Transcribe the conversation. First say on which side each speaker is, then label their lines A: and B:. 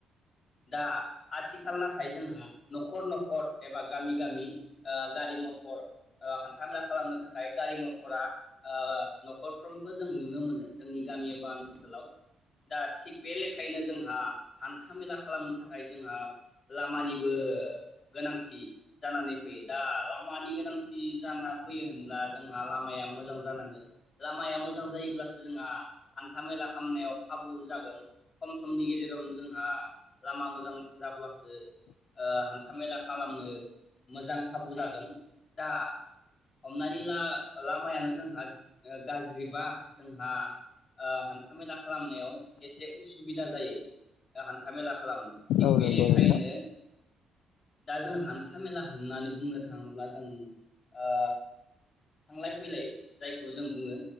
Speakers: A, on the left; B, on the left.
A: दा आथिखाल नाथाय जोंहा न'खर न'खर एबा गामि गामि ओ गारि मथर ओ हान्थामेला खालामनो थाखाय खाय गारि मथरा ओ न'खरफ्रोमबो जों नुनो मोनो जोंनि गामि एबा ओनसोलाव दा थिग बे लेखायैनो जोंहा हान्था मेला खालामनो थाखाय जोंहा लामानिबो गोनांथि जानानै फैयो दा लामानि गोनांथि जाना फैयो होनब्ला। जोंहा लामाया मोजां जानांगोन, लामाया मोजां जायोब्लासो जोंहा हान्था मेला खालामनायाव खाबु जागोन खम समनि गेजेरावनो जोंहा लामा मोजां जाब्लासो ओ हान्था मेला खालामनो मोजां खाबु जागोन। दा हम <unintelligible> लामायानो जोंहा गाज्रिबा जोंहा ओ हान्थामेला खालामनायाव एसे उसुबिदा जायो ओ हान्थामेला। खालामनो थिग
B: औ
A: बे
B: नंगौ
A: लेखायैनो
B: नोंथां।
A: दा जों हान्थामेला होननानै बुंनो थाङोब्ला जों ओ थांलाय फैलाय जायखौ जों बुङो